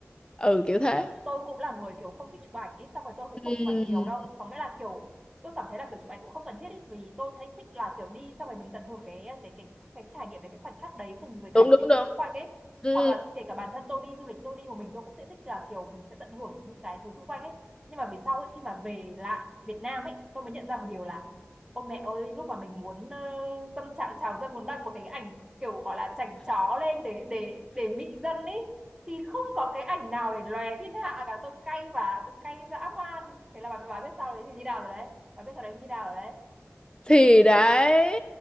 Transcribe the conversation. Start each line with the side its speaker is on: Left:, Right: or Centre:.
Left: ừ kiểu thế
Right: trước tôi cũng là người kiểu không thích chụp ảnh ấy, xong rồi tôi cũng
Left: ừ,
Right: không chụp ảnh nhiều đâu có nghĩa là kiểu tôi cảm thấy là kiểu chụp ảnh cũng không cần thiết ý, vì tôi thấy thích là kiểu đi xong rồi mình tận hưởng cái cái cái cái trải nghiệm đấy cái khoảnh khắc đấy cùng với
Left: đúng
Right: cả những
Left: đúng
Right: cái người
Left: đúng
Right: xung quanh ấy
Left: ừ.
Right: hoặc là kể cả bản thân tôi đi du lịch tôi đi một mình tôi cũng sẽ thích là kiểu mình sẽ tận hưởng những cái thứ xung quanh ấy nhưng mà về sau ấy, khi mà về lại Việt Nam ấy tôi mới nhận ra một điều là Ôi mẹ ơi, lúc mà mình muốn ờ, tâm trạng trào dâng muốn đăng một cái ảnh kiểu gọi là chảnh chó lên để để để mị dân ấy thì không có cái ảnh nào để lòe thiên hạ cả tôi cay và tôi cay dã man thế là bà mới bà biết sao đấy thì như nào rồi đấy bà biết sao đấy thì như nào rồi đấy
Left: thì đấy